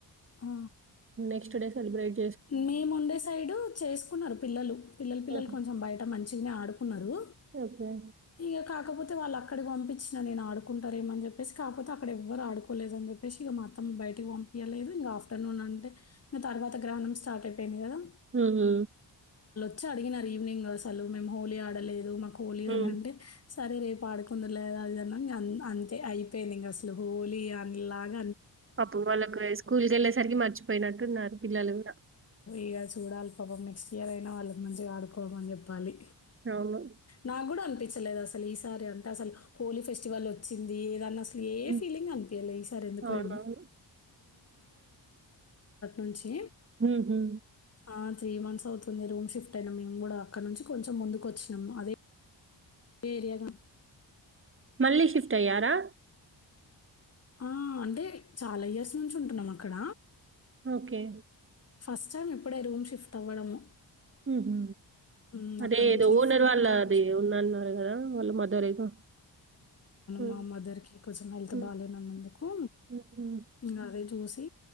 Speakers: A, on the left (about 35°); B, on the right (about 30°).
A: ఆ!
B: నెక్స్ట్ డే సెలిబ్రేట్
A: మేముండే సైడ్ చేసుకున్నారు పిల్లలు పిల్లలు పిల్లలు
B: మ్మ్.
A: కొంచెం బయట ఆడుకున్నారు
B: ఓకే
A: ఇగ కాకపోతే వాళ్ళు అక్కడికి పంపించిన నేను ఆడుకుంటారేమో అని చెప్పేసి కాపోతే అక్కడ ఎవ్వరు ఆడుకోలేదని చెప్పేసి ఇగ మా అత్తమ్మ బయటికి పంపియలేదు ఇంకా ఆఫ్టర్నూన్ అంటే ఇక తర్వాత గ్రహణం స్టార్ట్ అయిపోయింది కదా
B: హు హూ
A: వచ్చి అడిగినారు ఈవినింగ్ అసలు మేము హోళీ ఆడలేదు మాకు హోళీ
B: మ్మ్.
A: అనంటే సరే రేపు ఆడుకుందురులే దా అది ఇది అంతే అయిపోయింది ఇంగసలు హోలీ అన్లాగ
B: పాపం వాళ్ళకి హైస్కూల్కెళ్ళేసరికి మర్చిపోయినట్టున్నారు పిల్లలు గూడ
A: ఇగా చూడాలి పాపం నెక్స్ట్ ఇయర్ అయినా వాళ్ళకి మంచిగా ఆడుకోమని చెప్పాలి
B: అవును.
A: నాగ్గుడా అంతే తెలేదు అసలు ఈసారి అంటే అసలు హోలీ ఫెస్టివల్ వచ్చింది ఏదన్నా ఏ
B: హ్మ్.
A: ఫీలింగ్ అనిపియేలె ఈసారి ఎందుకో
B: అవునవును.
A: ఏమో నుంచి
B: ఊహు
A: ఆ త్రీ మంత్స్ అవుతుంది రూమ్ షిఫ్ట్ అయినా మేము గూడా అక్కడ నుంచి కొంచెం ముందుకు వచ్చినాము అదే ఏరియాన
B: మళ్ళీ షిఫ్ట్ అయ్యారా
A: ఆ అంటే చాలా ఇయర్స్ నుంచి ఉంటున్నాం అక్కడ
B: ఓకే
A: ఫస్ట్ టైమ్ ఇప్పుడే రూమ్ షిఫ్ట్ అవ్వడము
B: ఉహు
A: హ్మ్.
B: అదేదో
A: అక్కడి నుంచి షిఫ్ట్
B: ఓనర్
A: అయ్యి
B: వాళ్ళది
A: ఇక్కడికొచ్చాం.
B: ఉందన్నారు గదా వాళ్ళ మదర్ ఏదో హ్మ్.
A: మ మదర్ కి కొంసెం హెల్త్
B: హ్మ్.
A: బాగాలేదు అన్నందుకు
B: హుహు.
A: ఇంగ అదె చూసి